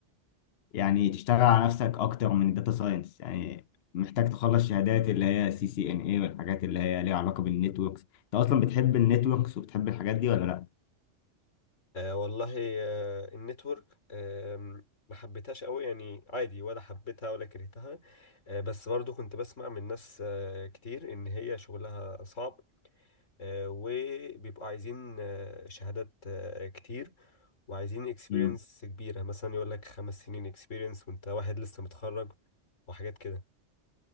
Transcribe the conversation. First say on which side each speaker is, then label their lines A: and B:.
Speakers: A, on the left; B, on the left.
A: يعني تشتغل على نفسك اكتر من الداتا ساينس يعني محتاج تخلص شهادات اللي هي سي سي ان اي والحاجات اللي هي ليها علاقة بالنتوركس انت اصلا بتحب النتوركس وبتحب الحاجات دي ولا لا
B: آه والله آه النتورك آه ما حبيتهاش قوي يعني عادي ولا حبيتها ولا كرهتها آه بس برضو كنت بسمع من ناس آه كتير ان هي شغلها صعب آه وبيبقوا عايزين آه شهادات آه كتير وعايزين اكسبيرينس
A: مم.
B: كبيرة مثلا يقول لك خمس سنين اكسبيرينس وانت واحد لسه متخرج وحاجات كده